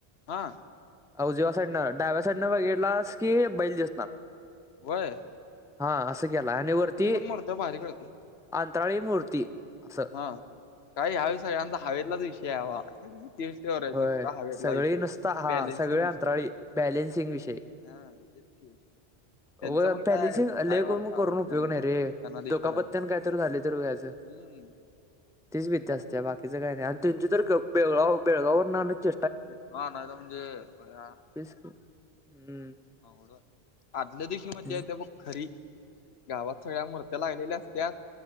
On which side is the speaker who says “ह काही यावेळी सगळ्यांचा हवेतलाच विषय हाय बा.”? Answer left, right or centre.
Left